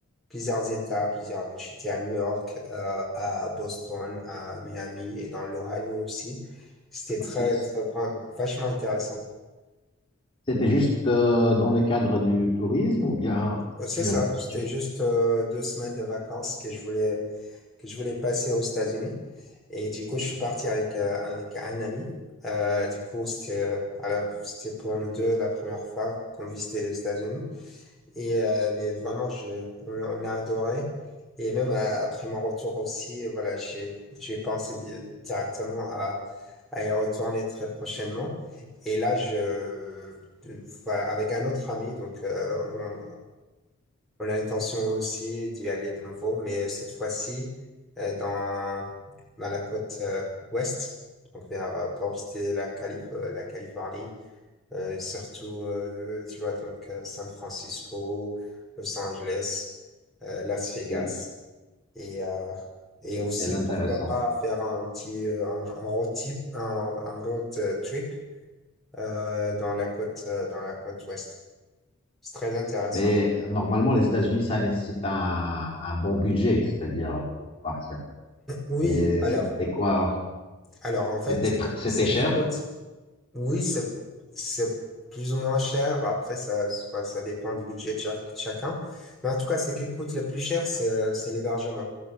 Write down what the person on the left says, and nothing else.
c'est-
C'était juste euh, dans le cadre du tourisme ou bien
tu
as,
tu as-
et
c'est intéressant.
Mais euh, normalement, les États-Unis, ça nécessite un, un bon budget, c'est-à-dire pour partir.
Et
c'était quoi?
C'était, tr- c'était
cher?